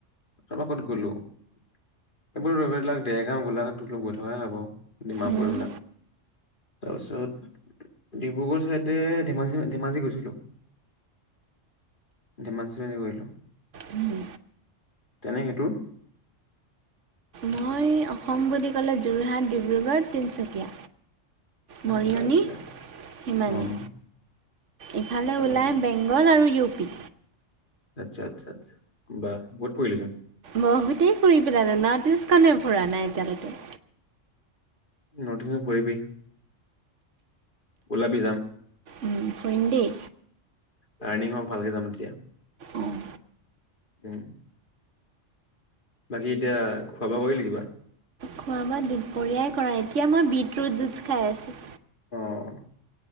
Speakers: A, on the left; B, on the right.
A: তাৰপা ক'ত গ'লো। এইবোৰ বিলাক দেৰগাঁও গোলাঘাট তোলক গৈ থকা হয় বাৰু। ডিমাপুৰ,
B: উম,
A: এবিলাক তাৰপিছত ডিব্ৰুগড়, চাইডে- ধেমাজি ধেমাজি গৈছিলোঁ। ধেমাজি গৈলোঁ।
B: উম।
A: তেনেকে তোৰ-
B: মই অসম বুলি ক'লে যোৰহাট, ডিব্ৰুগড়, তিনিচুকীয়া। মৰিয়নি
A: আচ্ছা আচ্ছা।
B: সিমানী
A: অ'
B: ইফালে ওলায়
A: অ
B: বেংগল আৰু ইউ পি।
A: আচ্ছা, আচ্ছা, বা বহুত ফুৰিলিচোন।
B: বহুতেই ফুৰি পেলালো নৰ্থইষ্টনে ফুৰা নাই এতিয়ালৈকে।
A: নৰ্থইষ্টও ফুৰিবি, ওলাবি যাম।
B: উম ফুৰিম দেই।
A: লাৰ্ণিং, হওক ভালকে যাম তেতিয়া।
B: অঁ
A: উম। বাকী এতিয়া খোৱা বোৱা কৰিলি কিবা।
B: খোৱা বোৱা দুপৰীয়াই কৰা এতিয়া মই বিটৰুট জুছ খাই আছো।
A: অ',